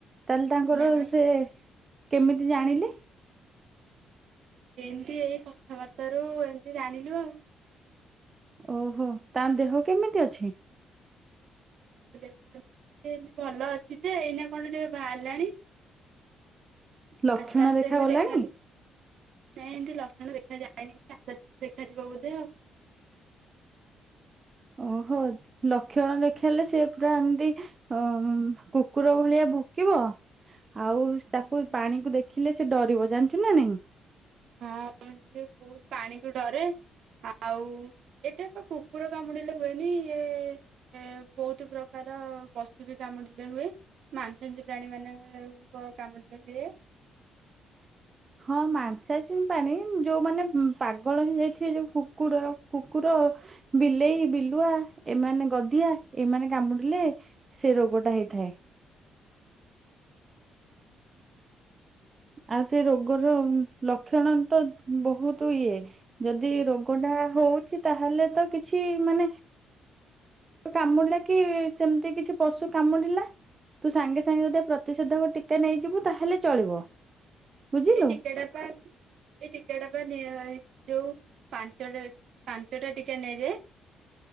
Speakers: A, on the right (about 35°); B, on the right (about 65°).
A: ତାହେଲେ ତାଙ୍କର
B: ନାଇଁ
A: ସେ କେମିତି ଜାଣିଲେ?
B: ଏମିତି ଏଇ କଥାବାର୍ତ୍ତା ରୁ ଏମତି ଜାଣିଲୁ ଆଉ।
A: ଓହୋ! ତା ଦେହ କେମିତି ଅଛି?
B: <inaudible> ଏମତି ଭଲ ଅଛି ଯେ ଏଇନା କଣ ଯେ ବାହାରିଲାଣି।।
A: ଲକ୍ଷଣ
B: ଆସ୍ତେ ଆସ୍ତେ
A: ଦେଖାଗଲାଣି?
B: ଯେମିତି ଦେଖାଯିବ। ନାଇଁ ଏମିତି ଲକ୍ଷଣ ଦେଖାଯାଏନି, <unintelligible> ଆସ୍ତେ ଆସ୍ତେ ଦେଖାଯିବ ବୋଧେ ଆଉ।
A: ଓହୋ, ଚ ଲକ୍ଷଣ ଦେଖେଇଲେ ସିଏ ପୁରା ଏମିତି ଅ, ଉଁ, କୁକୁର ଭଳିଆ ଭୁକିବ। ଆଉ ତାକୁ ପାଣିକୁ ଦେଖିଲେ ସେ ଡରିବ ଜାଣିଛୁ ନା ନାହିଁ?
B: ହଁ ସେ ବହୁତ ପାଣି କୁ ଡରେ। ଆଉ ଏଟା ତ କୁକୁର କାମୁଡିଲେ ହୁଏନି, ଇଏ ଏ ବହୁତ ପ୍ରକାର ବସ୍ତୁ ବି କାମୁଡିଲେ ହୁଏ। ମାଂସାଶୀ ପ୍ରାଣୀ ମାନଙ୍କ କାମୁଡ଼ିଲେ ହୁଏ।
A: ହଁ ମାଂସାଶୀ ପ୍ରାଣୀ ଯୋଉମାନେ ଉଁ, ପାଗଳ ହେଇଯାଇଥିବେ ଯୋଉ କୁକୁଡ କୁକୁର। ବିଲେଇ ବିଲୁଆ ଏମାନେ ଗଧିଆ ଏମାନେ କାମୁଡିଲେ ସେ ରୋଗଟା ହେଇଥାଏ। ଆଉ ସେଇ ରୋଗର ଲକ୍ଷଣ ତ ବହୁତୁ ଇଏ। ଯଦି ରୋଗ ଟା ହଉଛି ତାହେଲେ ତ କିଛି ମାନେ କାମୁଡିଲା କି ସେମିତି କିଛି ପଶୁ କାମୁଡିଲା। ତୁ ସାଙ୍ଗେ ସାଙ୍ଗେ ଯଦି ପ୍ରତିଷେଧକ ଟିକା ନେଇଯିବୁ ତାହେଲେ ଚଳିବ। ବୁଝିଲୁ
B: ଏ ଟିକାଟା ପ୍ରାୟ ଏଇ ଟିକା ଟା ତ ନିଆ ଯୋଉ ପାଞ୍ଚଟା ପାଞ୍ଚଟା ଟିକା ନିଆଯାଏ?